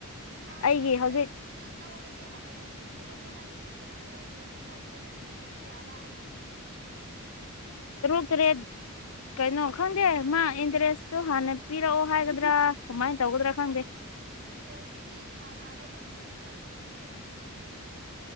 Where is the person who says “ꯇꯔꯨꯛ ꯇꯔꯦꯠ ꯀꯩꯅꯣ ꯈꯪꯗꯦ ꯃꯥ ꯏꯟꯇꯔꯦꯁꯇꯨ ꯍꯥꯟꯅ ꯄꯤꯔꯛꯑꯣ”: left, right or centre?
Left